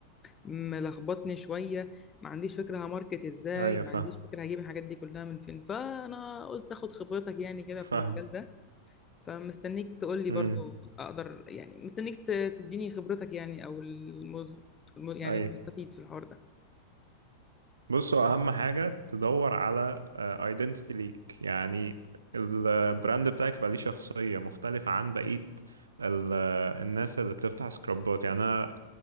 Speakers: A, on the left (about 20°); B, on the right (about 75°).
A: ملخبطني شوية ما عنديش فكرة هماركت ازاي
B: أيوة
A: ما
B: فاهم
A: عنديش فكرة هجيب الحاجات دي كلها من فين فأنا قلت اخد خبرتك يعني كده
B: فاهم
A: في المجال ده فمستنيك تقول لي
B: امم
A: برضو اقدر يعني مستنيك ت- تديني خبرتك يعني او المز... الم- يعني
B: أيوة
A: المستفيد في الحوار ده
B: بصوا أهم حاجة تدور على ايدنتيتي ليك يعني البراند بتاعك يبقى ليه شخصية مختلفة عن بقية ال- الناس اللي بتفتح سكرابات يعني أنا